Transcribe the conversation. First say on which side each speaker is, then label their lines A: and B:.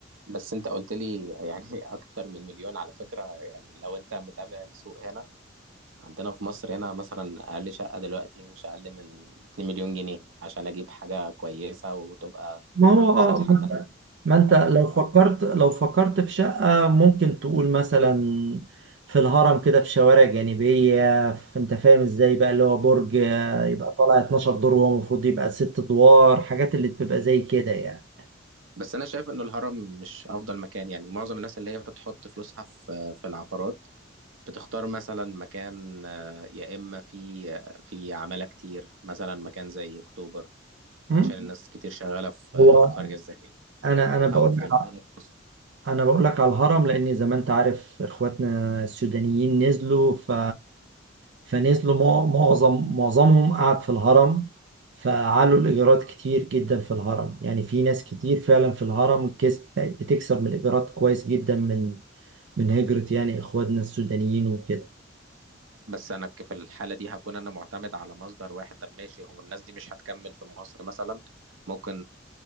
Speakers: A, on the right (about 90°); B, on the right (about 65°).
A: بس انت قلت لي يعني <laughs> اكتر من مليون على فكرة يعني لو انت متابع السوق هنا عندنا في مصر هنا مثلا اقل شقة دلوقتي مش اقل من 2 مليون جنيه عشان اجيب حاجة كويسة وتبقى
B: ما هو
A: صالحة
B: اه
A: ان
B: ما انت لو
A: انا
B: فكرت لو فكرت في شقة ممكن تقول مثلا في الهرم كده في شوارع جانبية في انت فاهم ازاي بقى اللي هو برج آه، يبقى طالع 12 دور وهو المفروض يبقى ست ادوار حاجات اللي بتبقى زي كده يعني
A: <laughs> بس انا شايف ان الهرم مش افضل مكان يعني معظم الناس اللي هي بتحط فلوسها في في العقارات بتختار مثلا مكان آه، يا اما في آه، في عمالة كتير مثلا مكان زي اكتوبر
B: مم.
A: عشان الناس كتير شغالة في القرية
B: هو
A: الذكية
B: انا انا بقول
A: او في
B: لك
A: مدينة
B: ع-
A: نصر.
B: انا بقول لك على الهرم لان زي ما انت عارف اخواتنا السودانيين نزلوا ف فنزلوا مع- معظم معظمهم قعد في الهرم فعلوا الإيجارات كتير جدا في الهرم يعني في ناس كتير فعلا في الهرم كس- بقت بتكسب من الإيجارات كويس جدا من من هجرة يعني إخواتنا السودانيين وكده
A: بس انا ك- في الحاله دي هكون انا معتمد على مصدر واحد طب ماشي هو الناس دي مش هتكمل في مصر مثلا ممكن